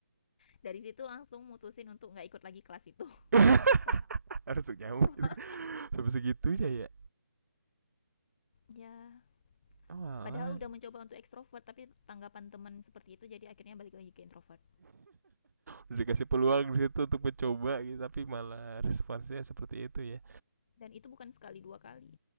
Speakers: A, on the left; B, on the right.
A: dari situ langsung mutusin untuk nggak ikut lagi kelas itu
B: Okay.
A: <laughs>
B: <laughs>
A: kamu
B: Harus
A: Astagfirullah.
B: nyamuk gitu kan. Sampai segitunya ya.
A: ya
B: Oh, malah
A: padahal udah mencoba untuk ekstrovert tapi tanggapan teman seperti itu jadi akhirnya balik lagi ke introvert
B: udah dikasih peluang di situ untuk mencoba gitu tapi malah responsnya seperti itu ya.
A: dan itu bukan sekali dua kali